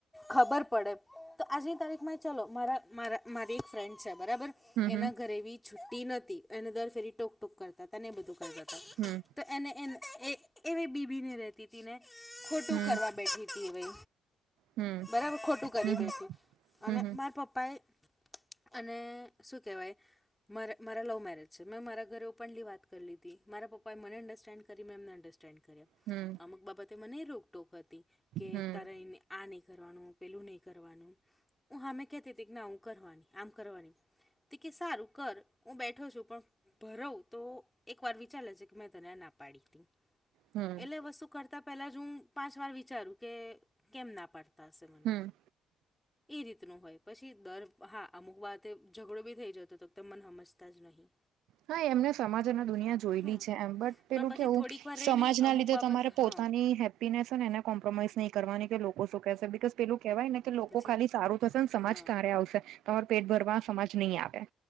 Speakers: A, in the centre; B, on the right.
A: ખબર પડે તો આજની તારીખમાં ચાલો મારા મારી એક ફ્રેન્ડ છે બરાબર.
B: હમ
A: એના
B: હમ
A: ઘરે બી છુટ્ટી નતી એને દર ફેરી ટોક ટોક કરતા હતા ને એ બધું કરતા હતા.
B: હમ્મ.
A: તો એને એને એ એવી બીબી ને રતી હતીને ખોટું
B: હમ
A: કરવા બેઠી. ઇ વઇ
B: હમ
A: બરાબર ખોટું કરી
B: હમ
A: બેઠી અને
B: હમ હમ
A: મારા પપ્પા એ. અને શું કેહેવાય મારા મારા લવ મેરેજ છે મેં મારા ઘરે ઓપનલી વાત કરી લીધી મારા પપ્પા એ મનેં અંડરસ્ટેન્ડ કરી મે એમને અંડરસ્ટેન્ડ કર્યા.
B: હમ્મ.
A: અમુક બાબતે મને રોકટોક હતી કે
B: હમ હમ
A: તારે એ આ નહીં કરવાનું પેલું નહીં કરવાનું હ હામેં હું કહેતી હતી કે ના હું કરવાની આમ કરવાની. તે કે સારું કર હું બેઠો છું. પણ ભરવ તો એક વાર વિચારી લેજે કે મેં તને આ ના પાડી હતી.
B: હમ
A: એટલે એ વસ્તુ કરતા પહેલા જ હું પાંચ વાર વિચારું કે કેમ ના પાડી. તા સે મને
B: હમ
A: એ રીતનું હોય પછી દર હા અમુક વાતે ઝઘડો બી થઈ જતો હતો તમે મને હમજતા જ નહી.
B: હા એમને સમાજ અને દુનિયા જોયેલી
A: હા
B: છે એમ બટ પેલું
A: પણ પછી
B: કેવું
A: થોડીક વાર
B: સમાજ
A: રહીને
B: ના
A: અમુક
B: લીધે
A: બાબત
B: તમારે પોતાની
A: હા
B: હેપીનેસને એને કોમ્પ્રોમાઈઝ નહીં કરવાની કે લોકો શું કેશે. બિકોઝ પેલું કેહેવાય ને કે લોકો
A: પછી
B: ખાલી સારું થશે ને સમાજ
A: હા
B: તારે આવશે. તમારૂ પેટ ભરવા સમાજ નહીં આવે.